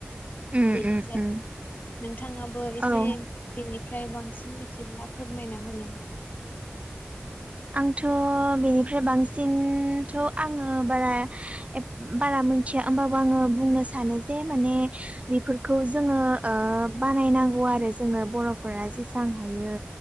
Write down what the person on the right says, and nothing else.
उम
उम
उम
औ
आंथ' बेनिफ्राय बांसिनथ' आङो बारा एफ बारा मोनथिया होमबाबो आङो बुंनो सानो जे माने बेफोरखौ जोङो ओ बानायनांगौ आरो जोङो बर' फोरा जेसेबां हायो